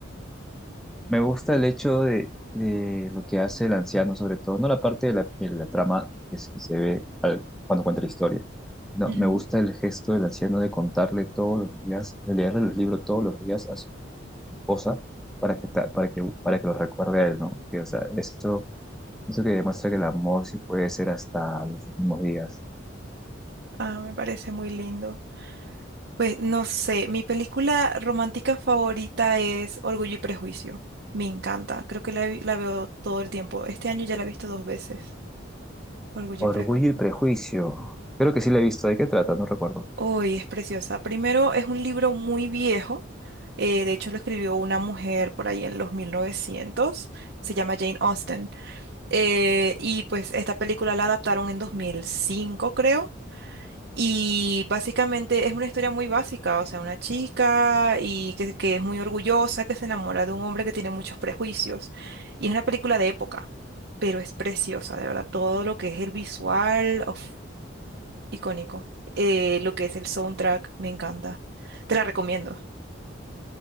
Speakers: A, in the centre; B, on the right (about 60°).
A: Me gusta el hecho de, de lo que hace el anciano, sobre todo, no la parte de la, de la trama que se, se ve al- cuando cuenta la historia. No,
B: Ujú.
A: me gusta el gesto del anciano de contarle todos los días, de leerle los libros todos los días a su esposa para que, ta- para que, para que lo recuerde a él, ¿no? Que, o sea, eso, eso que demuestra que el amor sí puede ser hasta los últimos días.
B: Ah, me parece muy lindo. Pues no sé, mi película romántica favorita es Orgullo y Prejuicio. Me encanta, creo que la, vi- la veo todo el tiempo. Este año ya la he visto dos veces, Orgullo
A: Orgullo
B: y Prejuicio.
A: y prejuicio. Creo que sí lo he visto. ¿De qué trata? No recuerdo.
B: Hoy es preciosa. Primero, es un libro muy viejo, eh, de hecho lo escribió una mujer por ahí en los 1900. se llama Jane Austen. Eh, y pues esta película la adaptaron en 2005, creo. Y básicamente es una historia muy básica, o sea, una chica y que, que es muy orgullosa, que se enamora de un hombre que tiene muchos prejuicios. Y es una película de época, pero es preciosa, de verdad. Todo lo que es el visual, uf, icónico. Eh, lo que es el soundtrack, me encanta. Te la recomiendo.